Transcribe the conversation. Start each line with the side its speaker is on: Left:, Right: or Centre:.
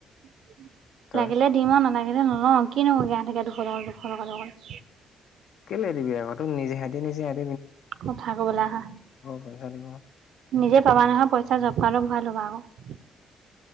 Right: <inaudible>
Left: তই
Right: লাগিলে দিম আও <inaudible> লে নলও কিনো গোনাই থাকে দুশ টকা দুশ টকাৰ লগত।
Left: কেলে দিবি আকৌ তোক নিজে সেতি নিছে ।
Right: কথা কবলৈ আহা।
Left: পইচা দিব
Right: নিজে পাবা নহয় পইচা জবকাৰ্ডত ভৰাই ল'বা আক।